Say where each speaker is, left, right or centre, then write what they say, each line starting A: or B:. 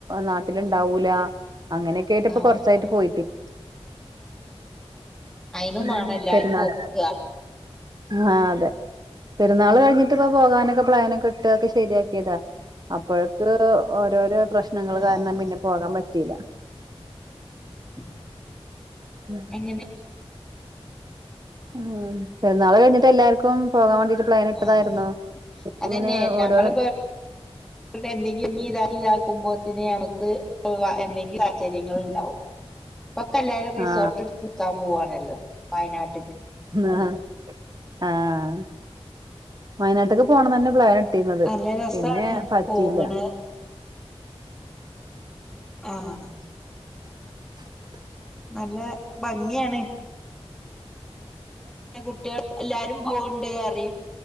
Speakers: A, on the right; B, in the centre.
A: നാട്ടിലുണ്ടാവൂല- അങ്ങനെയൊക്കെ ആയിട്ട് ഇപ്പൊ
B: ആഹ്
A: കൊറച്ചായിട്ട്
B: ആഹ്
A: പോയിട്ട്
B: അയിനും
A: ഉം
B: മാണം എല്ലാർക്കും
A: പെരുന്നാൾ
B: ഒക്കുക
A: ആഹ് അതെ പെരുന്നാൾ കഴിഞ്ഞി- ട്ടിപ്പോ പോകാനൊക്കെ പ്ലാനൊക്കെ ഇട്ടു ഒക്കെ ശരിയാക്കിയതാ അപ്പോഴക്ക് ഓരോരോ പ്രശ്നങ്ങൾ കാരണം
B: ആഹ്
A: പിന്നെ പോകാൻ പറ്റ- റ്റിയില്ല
B: <inaudible>
A: മ്മ്
B: എങ്ങനെ
A: മ്മ് പെരുന്നാൾ കഴിഞ്ഞിട്ട് എല്ലാർക്കും പോകാൻ വേണ്ടിട്ട് പ്ലാൻ ഇട്ടതായിരുന്നു
B: ആഹ്
A: പിന്നെ
B: അതന്നെ
A: അങ്ങനെ ഓരോ-രോ
B: നമ്മള് എന്തെങ്കിലും ഇഞ്ഞി ഇതാക്കുമ്പോ തന്നെ നമുക്ക് പോകാം എന്തെങ്കിലും ആക്കിനെ നിങ്ങള് ഇപ്പൊക്കെ എല്ലാരും റിസോർട്ട്
A: ആ
B: എടുത്ത് നിക്കാൻ പോവാണല്ലോ വയനാട്ടില്
A: ആഹ് ആഹ് വയനാട്ടക്ക് പോണം തന്നെ പ്ലാൻ - ട്ടിരുന്നത്
B: നല്ല രസാണ്
A: പിന്നെ പറ്റിയില്ല
B: പോകണ് ആഹ്
A: <inaudible>
B: നല്ല ഭംഗിയാണേ പിന്നെ കുട്ടികള് എല്ലാരും പോവണ്ട് അറിയും